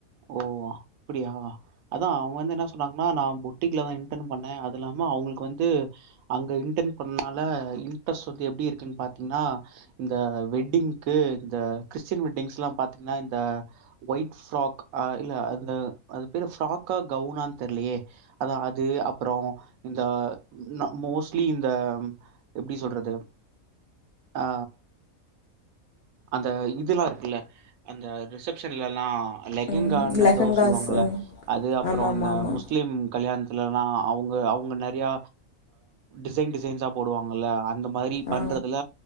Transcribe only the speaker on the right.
ஓ அப்டியா அதா அவுங்க வந்து என்னா சொன்னாங்கன்னா நா பொட்டிக்லதா இன்டன் பண்ணே அது இல்லாம அவுங்களுக்கு வந்து அங்க இன்டன் பண்ணனால இன்ட்ரெஸ்ட் வந்து எப்டி இருக்குன் பாத்தீங்கன்னா இந்த வெட்டிங்க்கு இந்த கிறிஸ்டின் வெட்டிங்ஸ்ல்லாம் பாத்தீங்ன்னா இந்த ஒயிட் ஃப்ராக் ஆ இல்ல அந்த அது பேரு ஃப்ராக்கா கவுனான் தெர்லையே அதா அது அப்பறோ இந்த மோஸ்லி இந்த எப்டி சொல்றது ஆ அந்த இதெல்லா இருக்குல்ல அந்த ரிசப்ஷன்லல்லா லெகங்கான்னு
எதோ சொல்லுவாங்கல்ல அது அப்றோ
இந்த
முஸ்லீம் கல்யாணத் துலனா அவுங்க அவுங்க நறையா டிசைன் டிசைன்ஸா போடுவாங்கல்ல அந்த மாரி
பண்றதுல